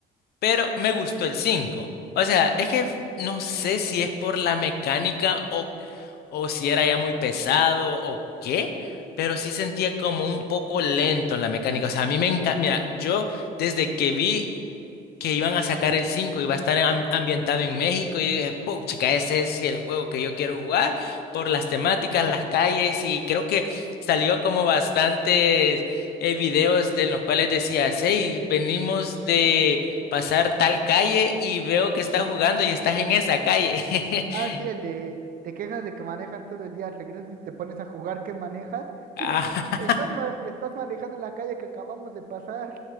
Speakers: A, on the left; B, on the right.
A: pero me gustó el cinco O sea, es que no sé si es por la mecánica o, o si era ya muy pesado o qué, pero sí sentía como un poco lento la mecánica. O sea, a mí me encanta, mira, yo desde que vi que iban a sacar el 5 y va a estar am- ambientado en México. Y dije, "Puch, ese es el juego que yo quiero jugar por las temáticas, las calles y creo que salió como bastantes eh, videos de los cuales decías, hey, venimos de pasar tal calle y veo que estás jugando y estás en esa calle.
B: Ah, sí, el de
A: <laughs>
B: te quejas de que manejas todo el día, regresas y te pones a jugar que manejas
A: Ah,
B: y le dice, estás, ma- estás manejando en la calle que acabamos de pasar.